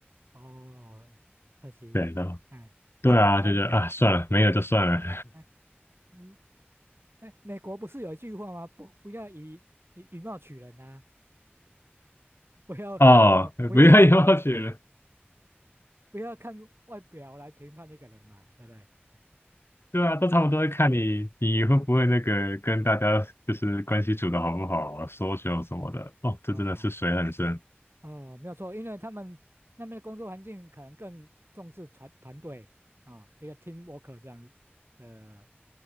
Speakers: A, on the right; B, on the left.
A: 哦可惜哎哎
B: 对然后对啊，
A: 应该哎
B: 就是啊，算了，没有就算了。
A: 哎嗯哎美国不是有一句话吗？不不要以以以貌取人呐、不要。
B: <laughs> 哦，
A: 呃，不要
B: 不要要求了。
A: 不要看外表来评判一个人嘛，对不对？哎
B: 对啊，都差不多看你你会不会那个跟大家就是关系处的好不好啊，social 什么的。哦，这真的是水很深。
A: 哦哦，没有错，因为他们那边的工作环境可能更重视团团队啊，一个 team work 这样子的，